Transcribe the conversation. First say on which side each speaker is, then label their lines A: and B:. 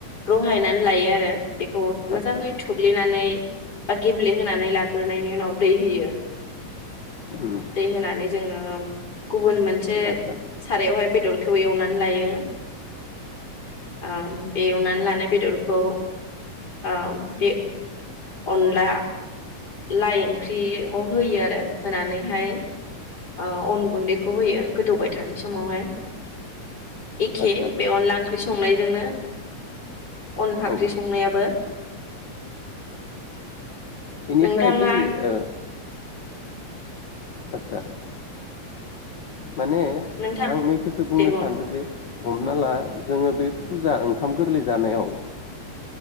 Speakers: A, on the left (about 30°); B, on the left (about 60°).
A: रहायनानै लायो आरो बे खौ मोजाङै
B: आदसा
A: थुुग्लिनानै बा गेब्लेहोनानै लाग्रोनायनि उनाव दै होयो
B: उम
A: दै होनानै जोङो गुबुन मोनसे
B: आदसा
A: सारायावहाय बेदरखौ एवनानै लायो ओ बे एवनानै लानाय बेदरखौ ओ बे अनला लाइ ओंख्रियाव होयो आरो होनानैहाय ओ अन गुन्दैखौ होयो गोदौबाय थानाय समावहाय एखे
B: आदसा
A: बे अनला ओंख्रि सं संनायजोंनो अन फाख्रि
B: औ
A: संनायाबो
B: बेनिफ्राय
A: नोंथाङा
B: बे ओ आतसा। माने
A: नोंथां
B: आं नैखौसो बुंनो
A: दे बुं
B: सानदों जे। हमना ला जोङो बे फुजा ओंखाम गोरलै जानायाव